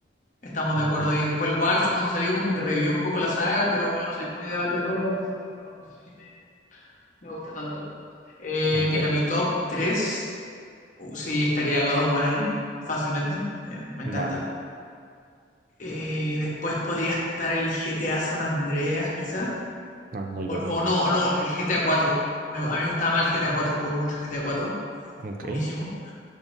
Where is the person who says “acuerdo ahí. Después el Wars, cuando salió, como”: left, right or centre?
Left